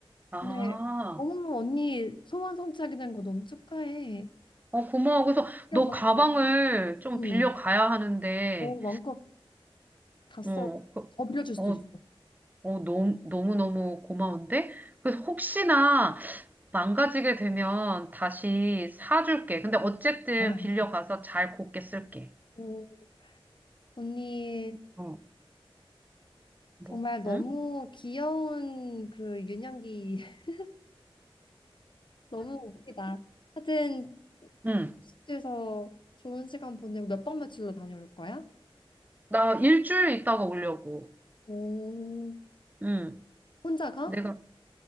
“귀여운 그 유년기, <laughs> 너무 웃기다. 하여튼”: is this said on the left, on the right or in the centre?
Left